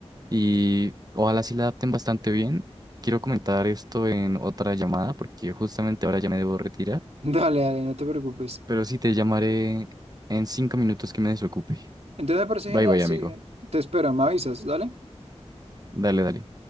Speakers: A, on the right; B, on the right.
A: y ojalá sí la adapten bastante bien. Quiero comentar esto en otra llamada porque justamente ahora ya me debo retirar,
B: Dale, dale, no te preocupes.
A: pero sí te llamaré en cinco minutos que me desocupe.
B: Entonces me parece
A: Bye
B: genial,
A: bye,
B: sí.
A: amigo.
B: eh, Te espero, me avisas, ¿dale?
A: Dale, dale.